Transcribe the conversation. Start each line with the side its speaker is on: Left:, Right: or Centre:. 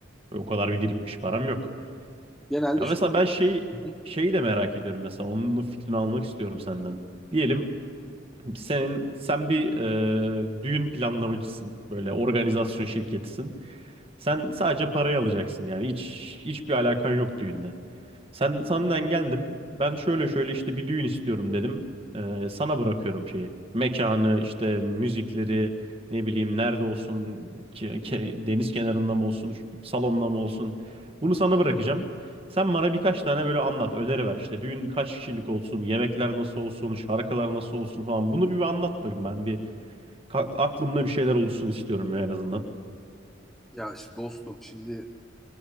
Right: o kadar bir birikmiş param yok.
Centre: Genelde
Right: Ya
Centre: şu
Right: mesela
Centre: oluyor.
Right: ben şey
Centre: Hı hı.
Right: şeyi de merak ediyorum mesela onun da fikrini almak istiyorum senden. Diyelim senin sen bir e, düğün planlamacısın. Böyle organizasyon şirketisin. Sen sadece parayı alacaksın yani hiç hiçbir alakan yok düğünle. Sen senden geldim. Ben şöyle şöyle işte bir düğün istiyorum dedim. Ee, sana bırakıyorum şeyi. Mekanı, işte müzikleri, ne bileyim nerede olsun, ke- ke- deniz kenarında mı olsun, ş- salonda mı olsun. Bunu sana bırakacağım. Sen bana birkaç tane böyle anlat, öneri ver. İşte düğün kaç kişilik olsun, yemekler nasıl olsun, şarkılar nasıl olsun falan. Bunu bir, bir anlat bakayım ben. Bir ka- aklımda bir şeyler oluşsun istiyorum ya en azından.
Centre: Ya işte dostum şimdi